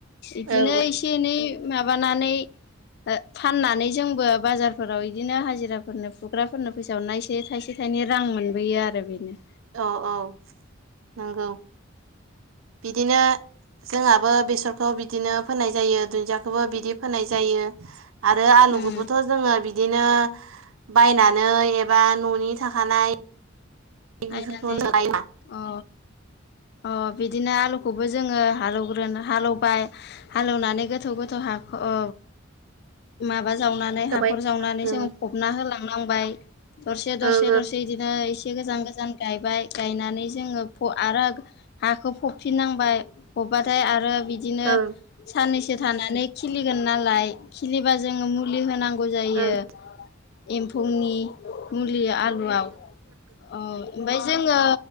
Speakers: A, on the left (about 55°); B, on the right (about 80°).
A: इदिनो
B: औ
A: एसे एनै माबानानै ओ फाननानै जों बो बाजारफोराव बिदिनो हाजिराफोरनो फुग्राफोरनो फैसाावरनाय एसे थाइसे थाइनै रां मोनबोयो आरो बेनो
B: औ औ नंगौ बिदिनो जोंहाबो बेसरखौ बिदिनो फोननाय जायो दुन्दियाखौबो बिदि फोननाय जायो। आरो आलुखौबोथ'
A: उम
B: जोङो बिदिनो बायनानै एबा न'नि थाखानाय बेफोरखौनो
A: आइनानानै
B: लायोबा
A: अ अ बिदिनो आलुखौबो जोङो हालौवग्रोना हालौवबाय हालेवनानै गोथौ गोथौ हाखौ माबा जावनानै
B: जाबाय
A: हाखर जावनानै
B: ओं
A: जोङो फबना होलांनांबाय। दरसे दरसे
B: ओं
A: दरसे बिदिनो एसे गोजान गोजान गायबाय गायनानै जोङो आरो हाखौ फबफिननांबाय फबबाथाय आरो बिदिनो
B: ओं
A: साननैसो थानानै खिलिगोन नालाय खिलिबा जों मुलि होनां गौ जायो
B: ओं
A: एम्फौनि मुलि आलुआव औ ओमफ्राय जोङो